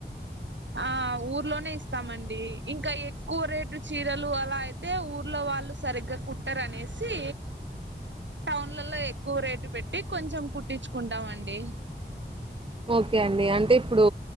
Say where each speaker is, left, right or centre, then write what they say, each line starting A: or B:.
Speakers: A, on the right; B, on the right.
A: ఆ ఊర్లోనే ఇస్తామండి ఇంకా ఎక్కువ రేటు చీరలు అలా అయ్ తే ఊర్లో వాళ్ళు సరిగ్గా కుట్టరనేసి టౌన్లల ఎక్కువ రేటు పెట్టి కొంచెం కుట్టించుకుంటామండి
B: ఓకే అండి అంటే ఇప్పుడు